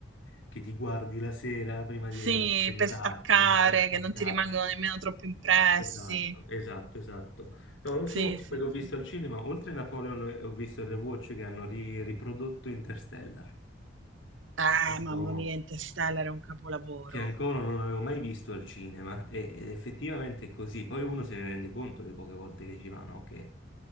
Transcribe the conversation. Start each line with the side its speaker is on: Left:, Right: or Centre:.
Left: che ti guardi la sera prima
Right: Sì,
Left: di addormentarti,
Right: per staccare,
Left: no? Per staccare.
Right: che non ti rimangono nemmeno troppo impressi.
Left: Esatto, esatto, esatto. No, l'ultimo
Right: Sì,
Left: film
Right: sì,
Left: che ho visto
Right: sì.
Left: al cinema, oltre a Napoleon, eh, ho visto il rewatch che hanno ri- riprodotto Interstellar.
Right: Eh, mamma
Left: No.
Right: mia, Interstellar è un capolavoro.
Left: che ancora non avevo mai visto al cinema e- ed effettivamente è così. Poi uno se ne rende conto le poche volte che ci va, no? Che,